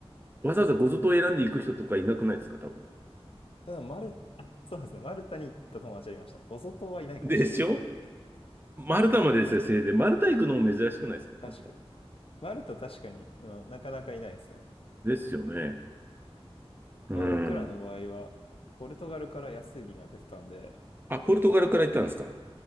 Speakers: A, on the right; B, on the left.
A: わざわざごゾ島を選んで行く人とかいなくないですか、多分。
B: ただ、マル、あそうですね。マルタに行った友達はいました。ゴゾ島はいないかもしれないですね。
A: でしょマルタまでですよ、
B: でも、
A: せいぜい。マルタ行くのも珍しくないですか、
B: 確かに。
A: まずは。
B: マルタ確かに、うん、なかなかいないですね。
A: ですよね。うん。
B: まあ、僕らの場合は、ポルトガルから安い便が出てたんで、
A: あ、ポルトガルから行ったんですか。